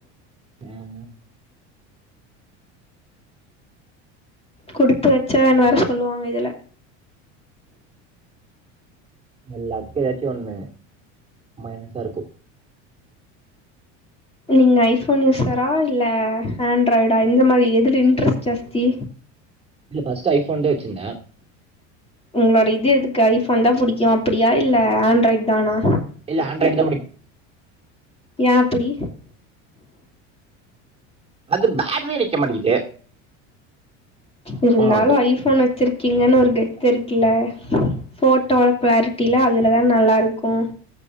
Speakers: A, on the right; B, on the left.
A: ம்
B: குடுத்து வெச்சவன்னு வேற சொல்வாங்க இதுல
A: எல்லாத்துக்கு எதாச்சு ஒண்ணு மைனஸா இருக்கு
B: நீங்க ஐஃபோன் யூசரா இல்ல ஹண்ட்ராய்டா இந்த மாரி எதுல இன்ட்ரெஸ்ட் ஜாஸ்தி
A: இல்ல ஃபர்ஸ்ட் ஐபோன்த வெச்சிருந்த
B: உங்களோட இது எதுக்கு ஐபோன்தா புடிக்கு அப்டியா இல்ல ஆண்ட்ராய்டுதானா
A: இல்ல ஆண்ட்ராய்டுதா புடிக்கு
B: ஏன் அப்டி?
A: அது பேட்ரியே நிக்கமாட்டிகுது
B: இருந்தாலு
A: வருது
B: ஐபோன் வெச்சிருக்கீங்கன்னு ஒரு கெத்து இருக்கல்ல ஃபோட்டோல க்ளரிட்டியெல்லா அதுலதா நல்லாருக்கு